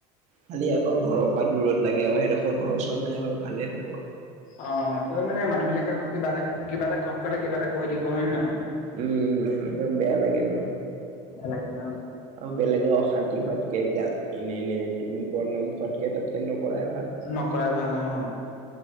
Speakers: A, on the right; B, on the left.
A: খালি আকৌ ঘৰৰ পৰা দূৰত লাগে আৰু সেইডোখৰ ঘৰ চৰ নাই বাৰু ভালে হ'ব
B: অ', আকৌ মানে মানুহ বিলাকে, আকৌ কিবা এটা কিবা এটা, ঘপ কতে কিবা এটা কৈ দিব, হয় নে নহয়?
A: উম, সেনেকা বেয়া লাগে ন।
B: বেয়া লাগে <unintelligible>
A: আৰু বেলেগৰ অশান্তি হোৱাতকে গালি, এনে এনে তুমি বদনাম খোৱাতকে তাতকে নকৰাই ভাল।
B: নকৰাই ভাল অ'